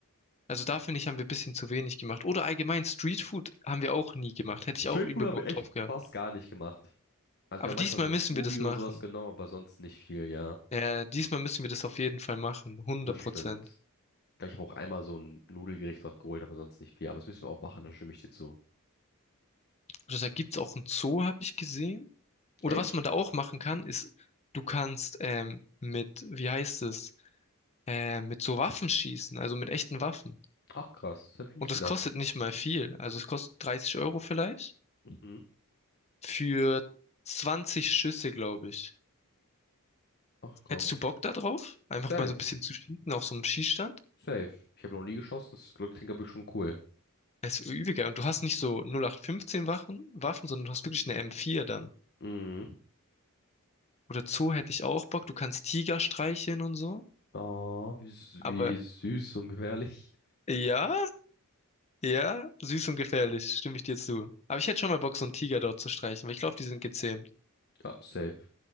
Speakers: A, on the left; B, on the left.
A: Also da finde ich, haben wir ein bisschen zu wenig gemacht. Oder allgemein Streetfood haben wir auch nie gemacht. Hätte ich
B: Street
A: auch übel
B: Food habe
A: Bock
B: ich echt
A: drauf gehabt.
B: fast gar nicht gemacht. Also
A: Aber
B: wir haben
A: diesmal
B: manchmal so
A: müssen
B: ein Smoothie
A: wir das machen.
B: oder sowas genommen, aber sonst nicht viel, ja.
A: Ja, diesmal müssen wir das auf jeden Fall machen. Hundert
B: Das stimmt.
A: Prozent.
B: Ich glaube, ich habe auch einmal so ein Nudelgericht dort geholt, aber sonst nicht viel. Aber das müssen wir auch machen, da stimme ich dir zu.
A: Und Da gibt's auch einen Zoo, habe ich gesehen. Oder
B: Echt?
A: was man da auch machen kann, ist, du kannst ähm, mit, wie heißt es, äh, mit so Waffen schießen, also mit echten Waffen.
B: Ach krass, das habe ich nicht
A: Und das
B: gedacht.
A: kostet nicht mal viel. Also es kostet 30 Euro vielleicht
B: Mhm.
A: für 20 Schüsse, glaube ich.
B: Ach krass.
A: Hättest du Bock da drauf? Einfach
B: Safe.
A: mal so ein bisschen zu schießen auf so einem Schießstand?
B: Safe. Ich habe noch nie geschossen, das klingt aber schon cool.
A: Es ist übiger. Und du hast nicht so 0815 Waffen, Waffen, sondern du hast wirklich eine M4 dann.
B: Mhm.
A: Oder Zoo hätte ich auch Bock. Du kannst Tiger streicheln und so.
B: Ah, wie, s-
A: Aber
B: wie süß und gefährlich.
A: ja, Ja, süß und gefährlich, stimme ich dir zu. Aber ich hätte schon mal Bock, so einen Tiger dort zu streichen, weil ich glaube, die sind gezähmt.
B: Ja, safe.